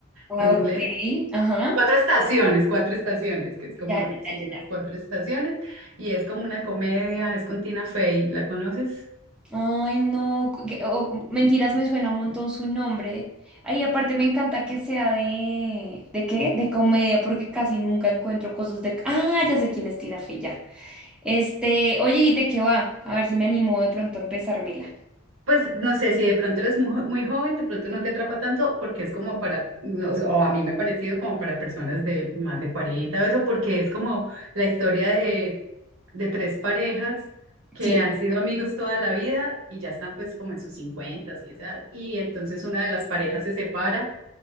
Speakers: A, in the centre; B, on the right (about 70°).
A: Ah,
B: en inglés.
A: ok, ajá.
B: Cuatro estaciones, cuatro estaciones, que es como,
A: Ya, ya,
B: sí,
A: ya,
B: las cuatro estaciones, y es como una comedia, es con Tina Fey, ¿la conoces?
A: Ay, no, cu- que- oh, mentiras, me suena un montón su nombre. Ay, aparte me encanta que sea de, ¿de qué? De comedia, porque casi nunca encuentro cosas de... Ah, ya sé quién es Tina Fey, ya. Este, oye, ¿y de qué va? A ver si me animo de pronto a empezármela.
B: Pues no sé, si de pronto eres mu- muy, joven, de pronto no te atrapa tanto porque es como para, no sé, o a mí me ha parecido como para personas de más de 40, o eso, porque es como la historia de, de tres parejas que
A: Sí.
B: han sido amigos toda la vida y ya están pues como en sus 50, y, esa- edad, y entonces una de las parejas se separa